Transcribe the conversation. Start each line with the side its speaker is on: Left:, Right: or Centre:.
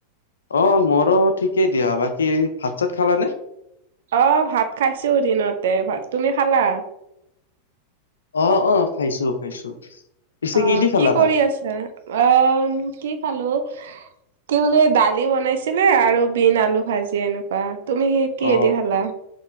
Left: অ মৰো ঠিকেই দিয়া বাকী ভাত চাত খালাানে
Right: অ ভাত খাইছো দিনতে ভাত তুমি খালা
Left: অ', খাইছো, খাইছো পিছে
Right: অ,
Left: দি খালা
Right: কি কৰি
Left: ভাত
Right: আছো, অ কি খালো কি বোলে দালি বনাইছিলে, আৰু বিন আলু ভাজি এনেকুৱা, তুমি স কিহেতি
Left: অ
Right: খালা